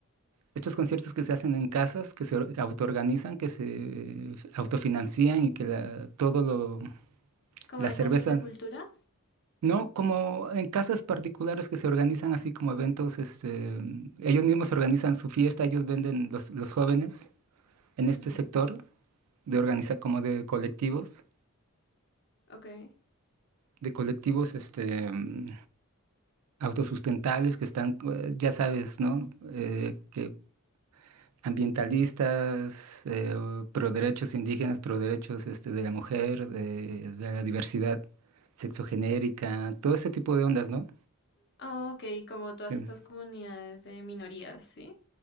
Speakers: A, on the right; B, on the left.
A: estos conciertos que se hacen en casas, que se or- autoorganizan, que se autofinancian y que la- todo lo,
B: Como
A: la
B: de
A: cerveza,
B: casas de cultura.
A: no como en casas particulares que se organizan así como eventos, este, ellos mismos organizan su fiesta, ellos venden los, los jóvenes en
B: Ujú,
A: este sector de organizar como de colectivos,
B: Ok.
A: de colectivos este, mm, autosustentables que están, eh, ya sabes, ¿no? Eh, que ambientalistas, eh, pro derechos indígenas, pro derechos este, de la mujer, de, de la diversidad sexogenérica, todo ese tipo de ondas, ¿no?
B: Ah, ok, como todas
A: Em,
B: estas comunidades de minorías, ¿sí?